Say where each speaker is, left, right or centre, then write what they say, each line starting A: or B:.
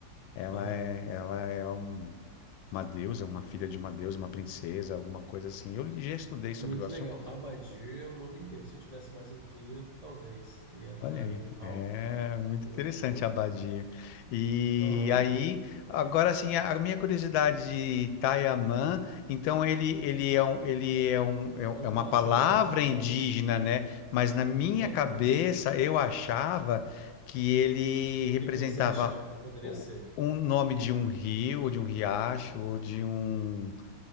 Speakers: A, on the left; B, on the right.
A: Ela
B: Aham.
A: é, ela é um- uma deusa, uma filha de uma deusa, uma princesa, alguma coisa assim. Eu já estudei sobre
B: Muito
A: o assunto.
B: legal. Abadir é um nome inteiro. Se eu tivesse mais um filho, talvez ia entrar
A: Olha aí,
B: ali no hall.
A: é muito
B: O...
A: interessante a abadia. E
B: Aham.
A: aí, agora
B: E
A: assim, a a minha curiosidade de Taiamã, então ele, ele, é um, ele é, um, é um-
B: é um
A: é uma
B: pássaro
A: palavra
B: do Pantanal.
A: indígena, né? Mas na minha
B: Exatamente.
A: cabeça eu achava que ele
B: O
A: representava
B: que que você <laughs> achava que poderia
A: o-
B: ser?
A: um nome de um rio, ou de um riacho, ou de um...